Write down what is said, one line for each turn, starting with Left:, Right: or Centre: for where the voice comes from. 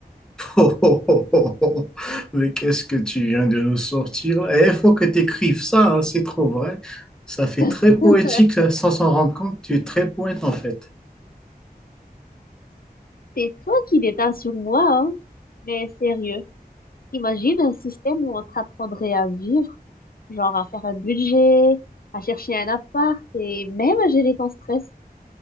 Centre: Oh, oh, oh, oh, oh. Mais qu'est-ce que tu viens de nous sortir là? Eh, Il faut que tu écrives ça, hein, c'est trop vrai. Ça fait très
Left: <laughs>
Centre: poétique ça, sans s'en rendre compte. Tu es très poète en fait.
Left: C'est toi qui déteins sur moi, hein. Mais sérieux, imagine un système où on t'apprendrait à vivre, genre à faire un budget, à chercher un appart et même à gérer ton stress.